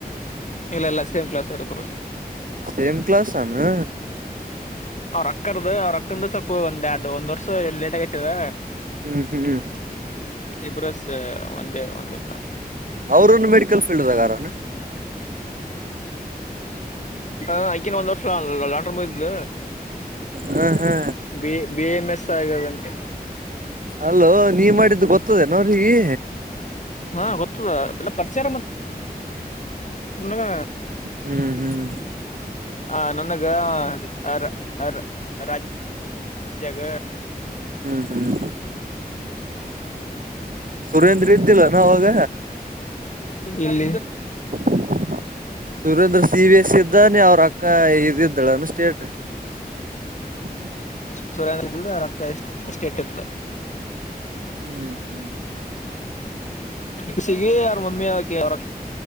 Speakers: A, on the left (about 45°); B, on the right (about 55°).
A: ಇಲ್ಲ ಇಲ್ಲ ಸೇಮ್ ಕ್ಲಾಸ್ ಅವರಿಬ್ರು
B: ಸೇಮ ಕ್ಲಸ್ ಆನು
A: ಅವ್ ರೊಕ್ಕರ್ದ ಅವ್ರಕ್ತಿಂದ ಸ್ವಲ್ಪ ಒಂದ್ ಎರಡು ಒಂದ್ ವರ್ಷ ಎ ಲೇಟ್ ಆಗತದ
B: ಹ್ಮ್ ಹ್ಮ್
A: ಇಬ್ರಸ್ ಒಂದೇ ಒಂದೆ
B: ಅವ್ರೂನು ಮೆಡಿಕಲ್ ಫೀಲ್ಡ್ ದಾಗದಾರೇನು?
A: ಅ ಆಕೀನು ಒಂದ್ ವರ್ಷ ಲ ಲಾಂಡ್ರನ್ ಮುಗ್ದಿದ
B: ಹ ಹಾ
A: ಬಿ ಬಿ ಎಂ ಎಸ್ ಆಗ್ಯದೇನ?
B: ಅಲ್ಲೋ ನೀ ಮಾಡಿದ್ದು ಗೊತ್ತದೇನೋ ಅವ್ಳಿಗಿ?
A: ಹಾಂ ಗೊತ್ತದ ಎಲ್ಲ ಪರಿಚಾರ ಮಾಡ್ <unintelligible>
B: ಹ್ಮ್ ಹ್ಮ್
A: ಆ ನನಗ ಅರ ಅರ ಅರಾಜ್ ಜಗ
B: ಹ್ಮ್ ಹ್ಮ್ ಸುರೇಂದ್ರ್ ಇದ್ದಿಲೇನು ಅವಾಗ?
A: ಇಲ್ಲಿ
B: <unintelligible> ಸುರೇಂದ್ರ್ ಸಿ ಬಿ ಎಸ್ ಇದ್ದಾನೆ ಅವ್ರ್ ಅಕ್ಕ ಇದ್ ಇದ್ದಾಳೇನು ಸ್ಟೇಟ್ <inaudible>
A: ಸುರೇಂದ್ರ್ ಇಲ್ದ ಅವ್ರ್ ಅಕ್ಕ ಇಸ್ಟ್ ಸ್ಟೇಟ್ ಇದ್ಲ.
B: ಹ್ಮ್ ಹ್ಮ್
A: ಬೇಸಿಗೆ ಅವ್ರ್ ಮಮ್ಮಿ ಆಕಿ ಅವ್ರಕ್